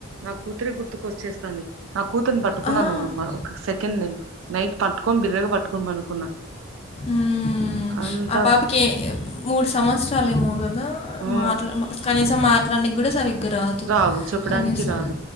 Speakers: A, on the right; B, on the left.
A: నాకు కూతురి గుర్తుకే వచ్చేస్త వంది నా కూతుర్ని పట్టుకున్నాను
B: ఆ.
A: ఒక సెకండ్ నేను నైట్ పట్టుకొని బిర్రగా పట్టుకొని పనుకున్నా
B: మ్
A: అంత
B: ఆ పాపకి మూడు సంవత్సరాలు ఏమో కదా
A: ఉ
B: మాట్లా కనీసం మాట్లాడడానికి కూడా సరి కారాదు
A: రావు చెప్పడానికి
B: కనీసం
A: రాదు